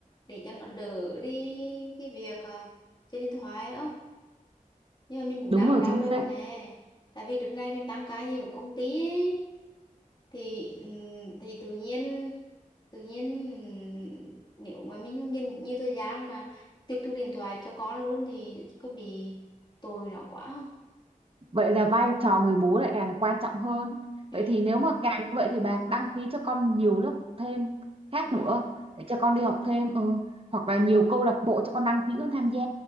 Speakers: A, on the left; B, on the right.
A: để cho nó đỡ đi cái việc à, chơi điện thoại đúng không nhưng mà mình cũng
B: đúng
A: đang
B: rồi
A: đau
B: chính
A: đầu
B: xác
A: nè tại vì đợt này mình tăng ca nhiều ở công ty ấy thì ừm, thì tự nhiên tự nhiên nếu mà mình không dành nhiều thời gian mà tịch thu điện thoại cho con luôn thì có bị tội nó quá không
B: Vậy là vai trò người bố lại càng quan trọng hơn.
A: ừ
B: Vậy thì nếu mà càng như vậy thì bà đăng ký cho con nhiều lớp học thêm khác
A: rồi
B: nữa để cho con đi học thêm ừ. Hoặc là
A: ừ.
B: nhiều câu lạc bộ cho con đăng ký con tham gia